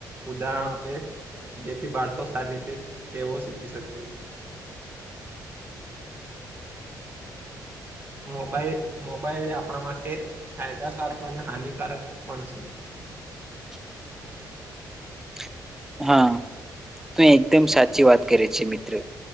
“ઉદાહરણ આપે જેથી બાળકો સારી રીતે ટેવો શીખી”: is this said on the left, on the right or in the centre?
Right